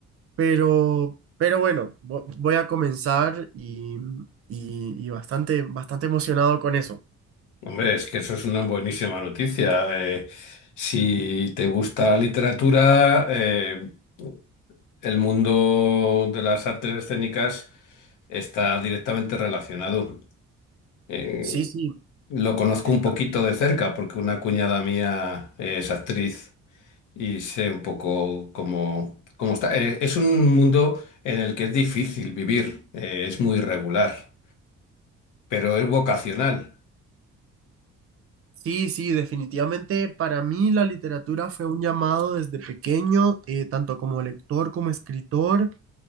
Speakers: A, on the right; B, on the left.
A: pero, pero bueno, vo- voy a comenzar y, y, y bastante, bastante emocionado con eso.
B: Hombre, es que eso es una buenísima noticia. Eh, si te gusta la literatura, eh, el mundo de las artes escénicas está directamente relacionado. Eh,
A: Sí, sí,
B: lo conozco
A: está.
B: un poquito de cerca porque una cuñada mía eh, es actriz y sé un poco cómo, cómo está. Eh, es un mundo en el que es difícil vivir, eh, es muy irregular, pero es vocacional.
A: Sí, sí, definitivamente para mí la literatura fue un llamado desde pequeño, eh, tanto como lector como escritor.